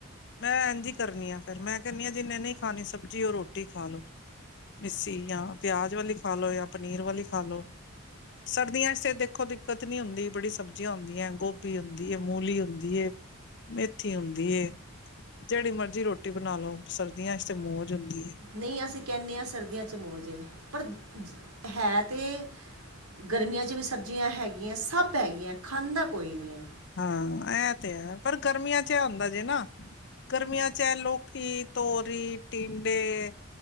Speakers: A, on the left; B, on the right.
A: ਮੈਂ ਇੰਝ ਈ ਕਰਨੀ ਆ ਫ਼ਿਰ ਮੈਂ ਕਹਿੰਦੀ ਹਾਂ ਜਿੰਨੇ ਨਹੀਂ ਖਾਣੀ ਸਬਜ਼ੀ, ਉਹ ਰੋਟੀ ਖਾ ਲੋ ਮਿੱਸੀ ਜਾਂ ਪਿਆਜ, ਵਾਲੀ ਖਾ ਲੋ ਜਾਂ ਪਨੀਰ, ਵਾਲੀ ਖਾ ਲ ਲੋ ਸਰਦੀਆ ਚ ਤੇ ਦੇਖੋ ਦਿੱਕਤ ਨੀ ਹੁੰਦੀ, ਬੜੀ ਸਬਜ਼ੀਆਂ ਹੁੰਦੀਆਂ ਗੋਭੀ, ਹੁੰਦੀ ਮੂਲੀ ਹੁੰਦੀ ਏ ਮੇਥੀ, ਹੁੰਦੀ ਏ ਜਿਹੜੀ ਮਰਜ਼ੀ ਰੋਟੀ ਬਣਾ ਲਓ ਸਰਦੀਆਂ ਚ ਤੇ ਮੌਜ ਹੁੰਦੀ ਏ।
B: ਨਹੀਂ ਅਸੀਂ ਕਹਿੰਦੇ ਹਾਂ ਸਰਦੀਆਂ 'ਚ ਮੌੋਜੇ ਪਰ ਹੈ ਤੇ ਗਰਮੀਆਂ 'ਚ ਵੀ ਸਬਜ਼ੀਆਂ ਹੈਗੀਆਂ ਸਭ ਹੈਗੀਆਂ ਖਾਂਦਾ ਕੋਈ ਨਹੀਂ ਹੈ।
A: ਹਾਂ ਇਹ ਤੇ ਹੈ ਪਰ ਗਰਮੀਆਂ ਚ ਇਹ ਹੁੰਦਾ ਜੇ ਨਾ ਗਰਮੀਆਂ ਚ ਏ ਲੋਕੀ, ਤੋਰੀ, ਟਿੰਡੇ।